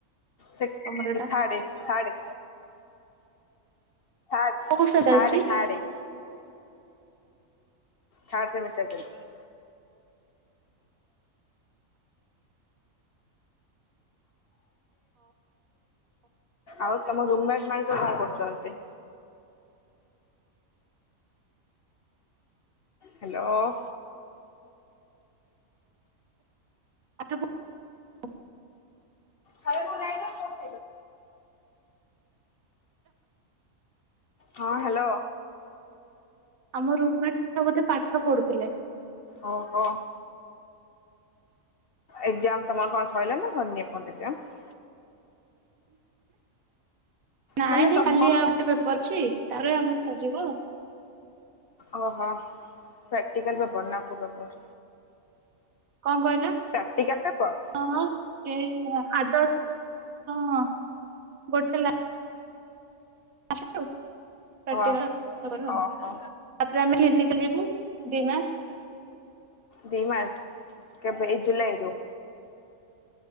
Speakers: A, on the left; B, on the right.
A: ସେକେ
B: ତମର ଏଟା
A: <unintelligible> ଥାଡେ ଥାଡେ। ଥାଡ଼
B: କୋଉ ସେ ଚାଲିଛି
A: ଥାଡ଼ ଥାଡ଼େ। ଥାର୍ଡ଼ ସେମିଷ୍ଟାର ଚାଲିଛି। ଆଉ ତମ ରୁମମେଟ ମାନେ ସବୁ କଣ କରୁଛନ୍ତି? ହ୍ୟାଲୋ।
B: ପାଠ। <unintelligible>
A: ଖାଇବାକୁ ଯାଇନ କଣ ହଁ ହ୍ୟାଲୋ।
B: ଆମ ରୁମମେଟ ଟ ବୋଧେ ପାଠ ପଢୁଥିଲେ?
A: ଓ ହୋ ଏକ୍ସଜାମ ତମର କଣ ସରିଲା ନା ସରିନି ଏପଯ୍ୟନ୍ତ ଏକ୍ସଜାମ?
B: ନାଇଁ
A: ମାନେ
B: ନାଇଁ
A: ତମ
B: କାଲି ଆଉ ଗୋଟେ ପେପର ଅଛି ତ ଆମର ସରିଯିବ।
A: ଓହୋ ପ୍ରାକ୍ଟିକାଲ ପେପର ନା କୋଉ ପେପର?
B: କଣ କହିଲ?
A: ପ୍ରାକ୍ଟିକାଲ ପେପର
B: ହଁ ଏ ଆଦ ହଁ ଗୋଟେ ଲ ଆସ ପ୍ରିକା
A: ଅ
B: <unintelligible>
A: ଓହୋ
B: ଆମେ କିନିକାଲ ଯିବୁ ଦିଇ ମାସ।
A: ଦି ମାସ କେବେ ଏଇ ଜୁଲାଇରୁ?